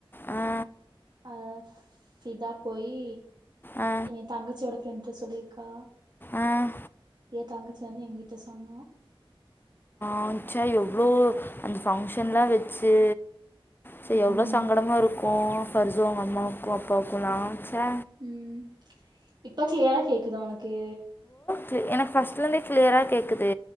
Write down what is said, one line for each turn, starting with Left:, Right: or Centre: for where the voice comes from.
Left: ஆ
Right: அஹ் சிதா போயி
Left: ஆ
Right: ஏ தங்கச்சியோட ஃப்ரெண்ட் ட சொல்லிருக்கா.
Left: ஆஹ்
Right: தங்கச்சி வந்து எங்கிட்ட சொன்னா
Left: அஹ் ச்சா எவ்ளோ அந்த ஃபங்க்ஷன்லா வச்சு சு
Right: ம்
Left: எவ்ளோ சங்கடமாருக்கு ஃபர்சு உங்க அம்மாவுக்கு அப்பாவுக்கு <unintelligible> சே
Right: உம் இப்ப க்ளியரா கேக்குதா உனக் கு
Left: கு எனக்கு ஃபஸ்ட்ல இருந்தே கிளியரா கேக்குது.